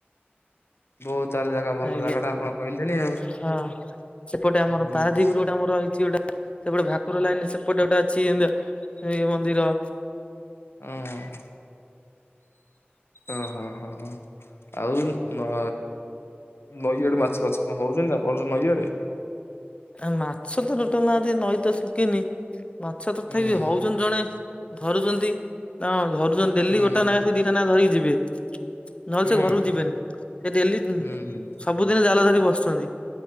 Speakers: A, on the left; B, on the left.
A: ବୋହୁତ୍ ଆଲେ ଜାଗା ଭଲ
B: ଆଜ୍ଞା
A: ଜାଗା ଟା ଆପଣ କହିଲେଣି ଆଉ।
B: ହଁ ସେପଟେ ଆମର
A: ହୁଁ
B: ପାରାଦୀପ୍ ରୋଡ୍ ଆମର ହେଇଚି ଗୋଟା ସେପଟେ ଭାକୁର ଲାଇନ୍ ସେପଟେ ଗୋଟେ ଅଛି ଏମିତି ଏଇ ମନ୍ଦିର।
A: ହୁଁ। ଓ ହୋ ହୋ ହୋ। ଆଉ ଅ ନଈ ଆଡେ ମାଛ ଫାଛ କଣ ହଉଛନ୍ତିନା ଆପଣଙ୍କ ନଈ ଆଡେ?
B: ନା ମାଛତ ରୋଟାଲ୍ ନାହାନ୍ତି, ନଈ ତ ଶୁଖିନି। ମାଛ ତଥାପି
A: ହୁଁ
B: ହଉଛନ୍ତି ଜଣେ ଧରୁଛନ୍ତି ତାଙ୍କ ଧରୁଛନ୍ତି ଡେଲି
A: ହୁଁ
B: ଗୋଟା ନଖା ସେ ଦିଟା ନଖା ଧରିକି ଯିବେ। ନହେଲେ
A: ହୁଁ
B: ସେ ଘରକୁ ଯିବେନି। ସେ ଡେଲି
A: ହୁଁ ହୁଁ।
B: ସବୁଦିନ ଜାଲ ଧରି ବସୁଛନ୍ତି।